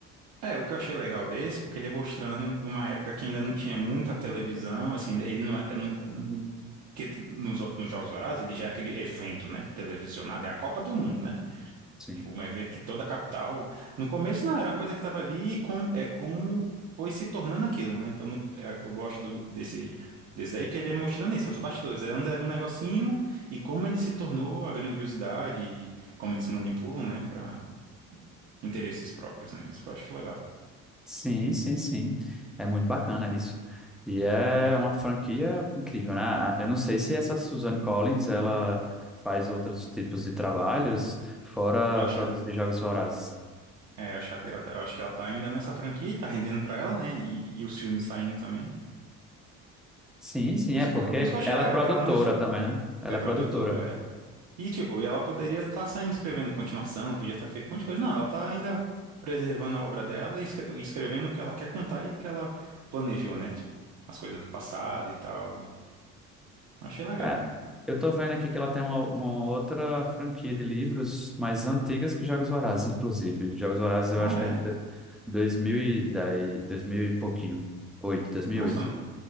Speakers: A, on the right; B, in the centre.
A: É, o que eu achei legal desse, porque ele mostrando uma época que ainda não tinha muita televisão, assim, ele não é. é, Não, é, não- que nos, nos Jogos Vorazes ele já é aquele evento, né? Televisionado, é a Copa do Mundo, né?
B: Sim.
A: Tipo, um evento que toda a capital. No começo não, era uma coisa que estava ali e como, é, como foi se tornando aquilo, né? Então no- é, eu gosto do, desse, desse daí que ele é mostrando isso, é os bastidores. Antes era um negocinho e como ele se tornou a grandiosidade e como eles manipulam, né? Para interesses próprios, né? Isso que eu acho legal.
B: Sim, sim, sim. É muito bacana isso. E é uma franquia incrível, né? A- Eu não sei se essa Suzanne Collins, ela faz outros tipos de trabalhos, fora
A: Acho
B: produzir
A: que
B: jogos vorazes.
A: É, eu acho que, ela- eu acho que ela tá ainda nessa franquia e tá rendendo pra ela, né? E, e os filmes saindo também.
B: Sim, sim,
A: Por isso
B: é porque
A: que eu, por isso que eu achei
B: ela
A: legal,
B: é produtora
A: que ela não f-
B: também, né? Ela
A: é produtora.
B: é produtora.
A: é. E, tipo, ela poderia estar saindo escrevendo continuação, podia estar feito um monte de coisa. Não, ela tá ainda preservando a obra dela e escre- escrevendo o que ela quer contar e o que ela planejou, né? Tipo, as coisas do passado e tal. E achei legal.
B: É. Eu tô vendo aqui que ela tem uma, uma outra franquia de livros mais antigas que Jogos Vorazes, inclusive. Jogos Vorazes eu
A: Ah,
B: acho que
A: é?
B: é de 2010, 2000 e dez, dois mil e pouquinho. 8,
A: Nossa,
B: oito